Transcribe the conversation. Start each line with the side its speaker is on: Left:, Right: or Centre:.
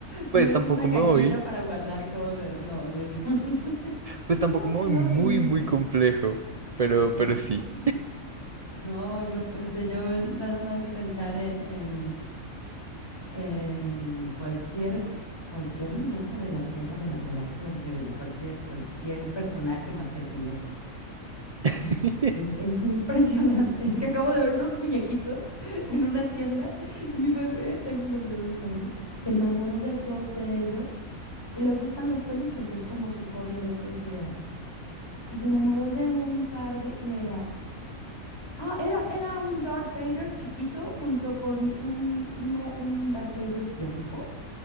Right: Pues
Left: no es
Right: tampoco
Left: una cajita
Right: me voy,
Left: para guardar cosas, no, o sea, es un, <laughs>
Right: pues
Left: un
Right: tampoco
Left: modelo
Right: me voy muy,
Left: de un muñeco.
Right: muy complejo, pero,
Left: ¿Cómo
Right: pero sí.
Left: crees? No, yo, o sea, yo nada más de pensar en, en, en cualquier, cualquier muñeco de las guerras de las galaxias, o sea, cualquier, cualquier personaje más que el muñeco
Right: <laughs>
Left: Eh, es, es impresionante. <laughs> Es que acabo de ver unos muñequitos <laughs> en una tienda y mi bebé, tengo un bebé de dos años, se enamoró de dos de ellos y le gustan los peluches, es como su hobby en estos días. Y se enamoró de un par de, ¿qué era? Ah, era, era un Darth Vader chiquito junto con un, uno, un Darth Vader blanco.